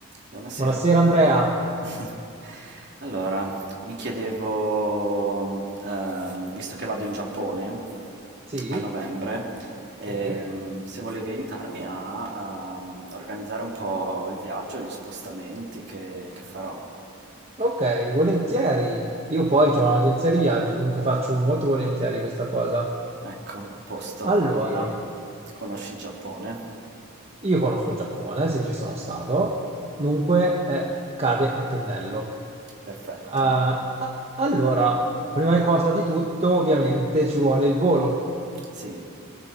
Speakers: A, on the right (about 50°); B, on the right (about 30°).
A: Buonasera
B: Buonasera
A: Vittorio.
B: Andrea.
A: <laughs> Allora, mi chiedevo, ehm, visto che vado in Giappone
B: Sì,
A: a novembre, ehm,
B: sì.
A: se volevi aiutarmi a, ehm, organizzare un po' il viaggio, gli spostamenti che, che farò.
B: Ok, volentieri. Io poi ho un'agenzia di viaggi, dunque faccio molto volentieri questa cosa.
A: Ecco, a posto.
B: Allora,
A: E conosci il Giappone?
B: io conosco il Giappone, sì, ci sono stato, dunque eh, cade a pennello.
A: Perfetto.
B: Ah, ah, allora, prima cosa di tutto, ovviamente ci vuole il volo.
A: Sì,